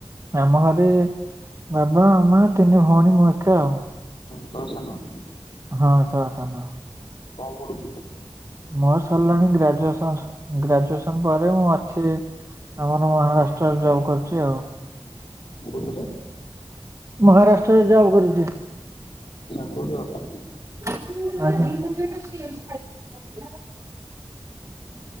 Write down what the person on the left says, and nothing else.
ତମେ ସାନ।
କଣ ପଡୁଛି।
କୋଉଥିରେ
ବହୁ ହବ।